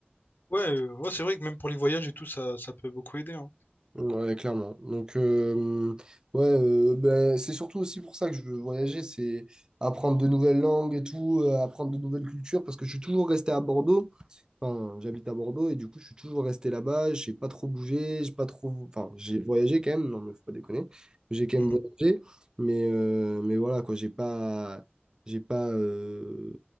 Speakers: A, on the left; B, on the right.
A: ouais, euh, ouais, c'est vrai que même pour les voyages et tout, ça, ça peut beaucoup aider, hein.
B: Ouais, clairement. Donc, euh, ouais, euh, ben, c'est surtout aussi pour ça que je veux voyager, c'est apprendre de nouvelles langues et tout, euh, apprendre de nouvelles cultures, parce que je suis toujours resté à Bordeaux. Enfin, j'habite à Bordeaux et du coup, je suis toujours resté là-bas. J'ai pas trop bougé, j'ai pas trop. Enfin, j'ai voyagé quand même, non, mais faut pas déconner. J'ai quand
A: Mhm.
B: même voyagé, mais, euh, mais voilà, quoi, j'ai pas, j'ai pas euh,